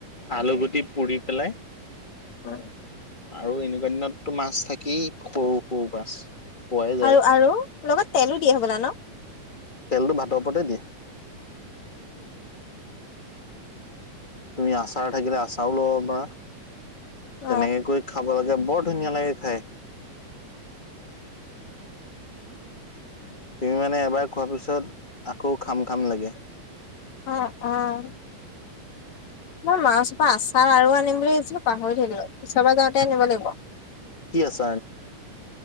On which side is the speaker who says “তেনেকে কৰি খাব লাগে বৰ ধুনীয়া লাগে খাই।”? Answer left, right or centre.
Left